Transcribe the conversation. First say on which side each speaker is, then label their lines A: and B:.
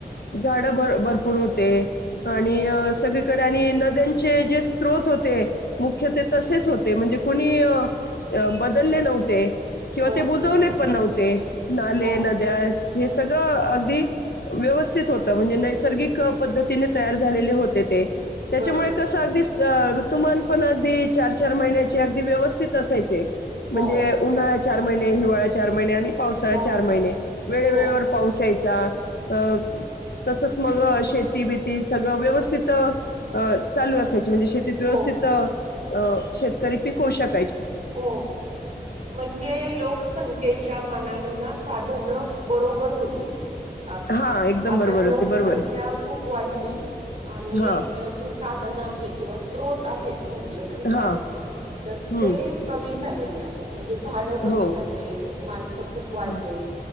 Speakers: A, on the left; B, on the right.
A: झाड भर भरपूर होते आणि सगळीकडे आणि नद्यांचे जे स््रोत होते मुख्य ते तसेच होते म्हणजे कुणी बदलले नव्हते किंवा
B: हो
A: ते बुजवले पण नव्हते
B: हो
A: नाले
B: हो
A: नद्या हे सगळं अगदी व्यवस्थित होत म्हणजे नैसर्गिक पद्धतीने तयार झालेले होते ते त्याच्यामुळे
B: बरोबर
A: कसं अगदी ऋतुमान पण अगदी चार चार महिन्या अगदी व्यवस्थित असायचे म्हणजे
B: हो
A: उन्हाळ्या चार महिने हिवाळ्या चार महिने्या आणि पावसाळा
B: हो
A: चार महिने वेळवेेळेवर
B: हो
A: पाऊस यायचा अ तसंच मग शेती बिती सगळं व्यवस्थित चालू असत म्हणे शेती व्यवस्थित
B: हो
A: अ शेतकरी पिकू शक
B: हो म्हणजे लोकसंख्येच्या मानाने ना साधन बरोबर होती असं,
A: हा एकदम
B: आता
A: बरोबर
B: लोकसंख्या
A: होती बरोबर आहे
B: खूप वाढली आणि
A: हा
B: जी साधनं आहेत किंवा स्त्रोत आहेत म्हटलं तरी चालेल
A: हा
B: तर
A: हम्म
B: ते कमी झालेले आहेत म्हणजे झाड कमी
A: हो
B: झाले आहेत माणस खूप वाढलेत.
A: हा